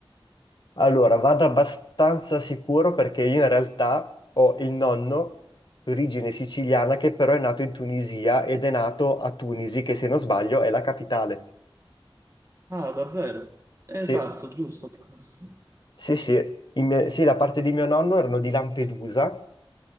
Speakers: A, on the left; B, on the right.
A: Allora, vado abbastanza sicuro perché io in realtà ho il nonno d'origine siciliana che però è nato in Tunisia ed è nato a Tunisi, che se non sbaglio è la capitale.
B: Ah, davvero? Esatto,
A: Sì,
B: giusto, bravissimo.
A: sì, sì. I miei- sì, la parte di mio nonno erano di Lampedusa,